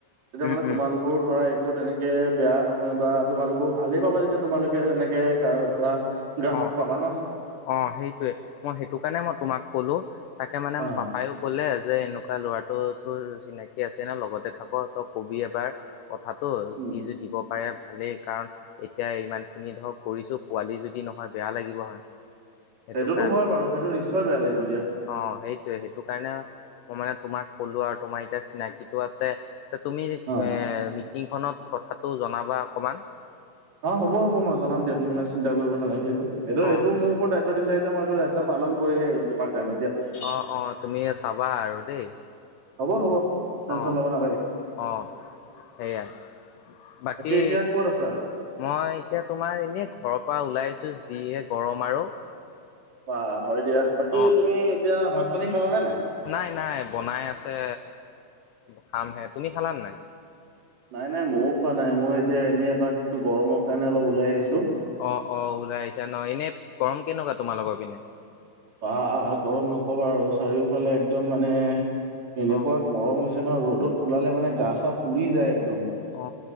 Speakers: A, on the right (about 50°); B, on the left (about 75°).
A: তেতিয়া
B: উম,
A: মানে তোমালোকৰও
B: উম,
A: ধৰা। তেনেকে বেয়া নহয় বা তোমালোকো ভালেই পাব যেতিয়া তোমালোকে তেনেকে ধৰা গ্ৰাহক
B: অ
A: পাবা ন
B: অ সেইটোৱে মই সেইটো কাৰণে মই তোমাক ক'লো তাকে মানে ম
A: অ
B: পাপায়ও ক'লে যে এনেকুৱা ল'ৰাটোতো চিনাকি আছে ন লগতে থাক ত কবি এবাৰ কথাটো
A: উম
B: সি য দিব পাৰে ভালেই কাৰণ এতিয়া ইমান খিনি ধৰ কৰিছো পোৱালি যদি নহয় বেয়া লাগিব হয় হয়। সেইটো
A: সেইটোতো
B: কাৰ
A: হয় বাৰু সেইটো নিশ্চয় বেয়া লাগিব দিয়া।
B: অ সেইটোৱে সেইটো কাৰণে মই মানে তোমাক কলো আৰু তোমাৰ এতিয়া চিনাকিটো আছে। এ তুমি
A: অ
B: মিটিংখনত কথাটো জনাবা অকণমান
A: অ হব হব মই জনাম দিয়া তুমি ইমান চিন্তা কৰিব নালাগে সেইটো এইটো
B: অ
A: এইটো মোৰ ওৰত দায়িত্ব দিচা যেতিয়া মই এইটো দায়িত্ব পালন কৰিহে এৰিম তোমাৰ কাৰণে এতিয়া
B: অ অ তুমি চাবা আৰু দেই
A: হ'ব হ'ব টেনচন
B: অঁ
A: ল'ব নালাগে
B: অঁ সেয়াই বাকী
A: এতিয়া ক'ত আছা
B: মই এতিয়া তোমাৰ এনেই ঘৰৰ পৰা ওলাই আহিছোঁ যিহে গৰম আৰু
A: ব হয় দিয়া বাকী
B: অ
A: তুমি এতিয়া ভাত পানী খালাানে নাই
B: নাই নাই বনাই আছে খামহে তুমি খালানে নাই
A: নাই নাই ময়ো খোৱা নাই মই এতিয়া এনেই এপাক গৰমৰ কাৰণে অলপ ওলাই আহিছো
B: অ অ ওলাই আহিছা ন এনে গৰম কেনেকুৱা তোমাৰ লগৰ পিনে
A: ব গৰম নকবা আৰু চাৰিওফালে একদম মানে এনেকুৱা
B: অ
A: গৰম হৈছে ন ৰ'দত ওলালে মানে গা চা পুৰি যায় একদম
B: অ